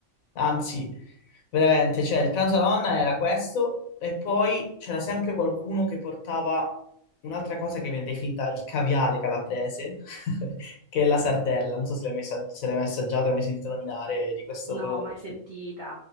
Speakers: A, on the left (about 75°); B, on the right (about 50°).
A: Anzi, veramente, cioè il pranzo della nonna era questo e poi c'era sempre qualcuno che portava un'altra cosa che viene definita il caviale calabrese, <laughs> che è la sardella. Non so se l'hai mai, sa- se l'hai mai assaggiato, hai mai sentito nominare di questo
B: No,
A: prodotto.
B: mai sentita,